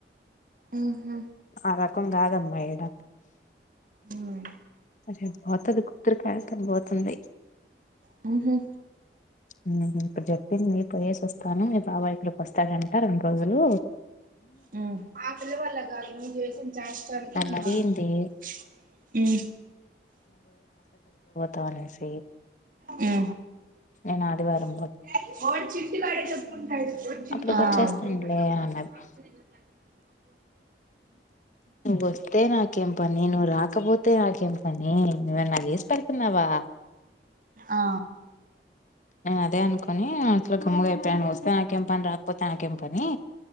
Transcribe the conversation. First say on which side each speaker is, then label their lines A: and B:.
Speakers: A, on the right (about 50°); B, on the left (about 45°).
A: ఉ హ్
B: అ రకం కాదమ్మా ఇడా
A: ఉమ్
B: అరె బత అది కుకరకాయ తం బోతుంది
A: హ్ హు
B: హ్ హ్ ప్రజా తె మీ పోయేసి వస్తాను మీ బాబాయి కి వస్తాడంట రెండు రోజులు
A: హ్ ఆ పిల్ల వల్ల గా దు నువు చేసిన చష్టలకి
B: నన్ను అడిగింది
A: హ్
B: తనేస్
A: హ్
B: మేము అదివారం
A: హా
B: అప్పటికి వచ్చేస్తానులే అన్నది నువ్ వస్తే నాకేంపనీ నువ్వు రాకపోత్ <unintelligible> కానీ నువ్వన్నా చేసి పెడుతున్నావా
A: ఆ
B: మేం అదే అనుకుని సో కమ్మగా అయిపోయాన వస్తే ఆయన కేం పని రాకపోతే ఆయానా కేం పని